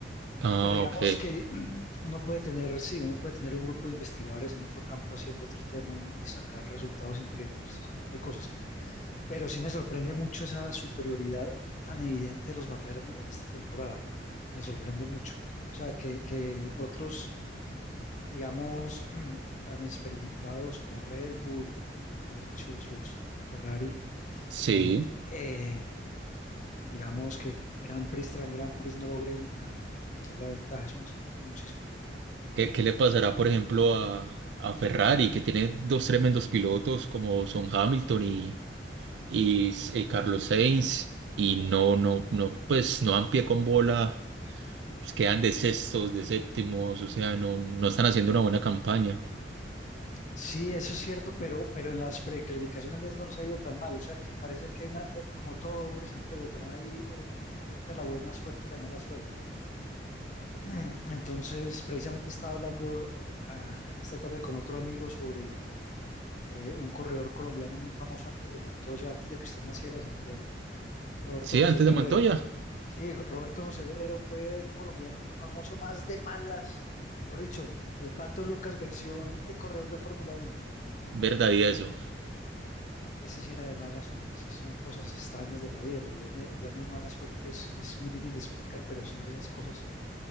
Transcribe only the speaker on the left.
Pero digamos
que <clears throat> mm, uno puede tener, sí, uno puede tener un grupo de investigadores en otro campo haciendo otro tema y, y sacar resultados indirectos, ese tipo de cosas. Pero sí me sorprende mucho esa superioridad tan evidente de los McLaren en esta temporada. Me sorprende mucho. O sea, que, que otros digamos, <clears throat> tan experimentados como Red Bull, los Merchus, los Ferrari,
eh, eh, digamos que Grand Prix tras Grand Prix no logren a- acortar la ventaja. Eso me sorprende muchísimo.
Sí, eso es cierto, pero, pero en las precalificaciones no les ha ido tan mal. O sea, que parece que hay una- eh, como todo hombre, Santiago, también ahí eh, cuenta la buena suerte y la mala suerte. <clears throat> Entonces, precisamente estaba hablando eh, a- esta tarde con otro amigo sobre eh, un corredor colombiano muy famoso antes de Montoya, antes de que usted naciera, Santiago, Roberto
José
Guerrero.
Sí, Roberto José Guerrero fue un colombiano muy famoso, más de malas. Mejor dicho, el Pato Lucas versión eh, corredor de Fórmula Uno
Ese sí era de malas, hombres. son cosas extrañas de la vida. Lo buena, buena y mala suerte es, es muy difícil de explicar, pero son de esas cosas